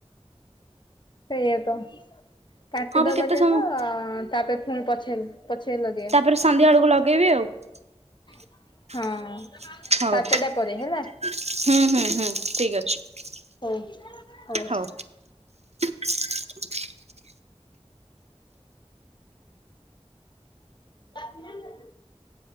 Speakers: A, on the left; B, on the right.
A: ସେଇଆ ତ। କାଟିଦବା
B: ହଁ ବା କେତେ
A: ଚାଲ
B: ସମୟ
A: ତାପରେ ଫୁଣି ପଛରେ ପଛେ ଲଗେଇଆ।
B: ତାପରେ ସନ୍ଧ୍ୟା ବେଳକୁ ଲଗେଇବି <inaudible>
A: ହଁ।
B: ହୋଉ
A: ସାତଟା
B: ହୁଁ
A: ପରେ
B: ହୁଁ
A: ହେଲା
B: ହୁଁ ଠିକ ଅଛି।
A: ହୋଉ ହୋଉ।
B: ହଉ। <inaudible>
A: <unintelligible>